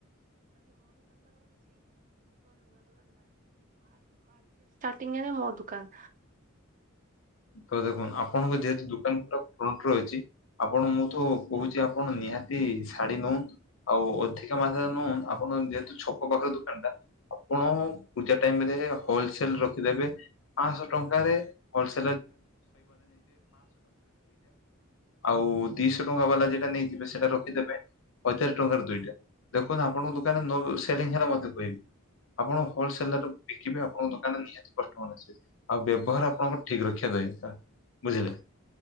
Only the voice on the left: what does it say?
ତ ଦେଖନ୍ତ ଆପଣଙ୍କ ଯେହେତୁ ଦୋକାନ ପୁରା ଫ୍ରଣ୍ଟରେ ଅଛି ଆପଣ ମୁଁ ତ କହୁଛି ଆପଣ ନିହାତି ଶାଢୀ ନୁନ ଆଉ ଅଧିକା ମାାତାରେ ନୁନ ଆପଣ ଯେହେତୁ ଛକ ପାଖରେ ଦୋକାନ ଟା ଆପଣ ପୂଜା ଟାଇମ ରେ ହୋଲସେଲ ରଖିଦେବେ ପାଞ୍ଚଶହ ଟଙ୍କାରେ ହୋଲସେଲ। <unintelligible> ଆଉ ଦିଶହ ଟଙ୍କା ବାଲା ଯେଟା ନେଇଯିବେ ସେଟା ରଖିଦେବେ ହଜାର ଟଙ୍କାରେ ଦୁଇଟା ଦେଖନ୍ତୁ ଆ ଆପଣ ଙ୍କ ଦୋକାନରେ ନୋ ସେଲିଂ ମତେ କହିବି। ଆପଣ ହୋଲସେଲ ବିକିବେ ଆପଣଙ୍କ ଦୋକାନରେ ନିହାତି କଷ୍ଟମର ଆସିବେ ଆଉ ବ୍ୟବହାର ଆପଣଙ୍କ ଠିକ ରକ୍ଷା <unintelligible> ବୁଝିଲେ।